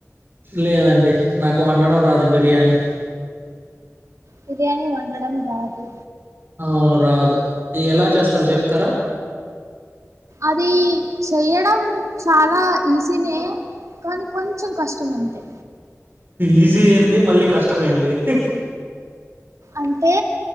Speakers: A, on the right; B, on the right.
A: లేదండి నాకు వండడం రాదు బిర్యానీ.
B: బిర్యానీ వండడం రాదు
A: అవును రాదు ఎలా చేస్తారో చెప్తారా?
B: అది చెయడం చాలా ఈజీనే కానీ కొంచెం కష్టం అంతే
A: ఈజీ ఏంది, మళ్ళీ కష్టమ ఏంది హ్
B: అంటే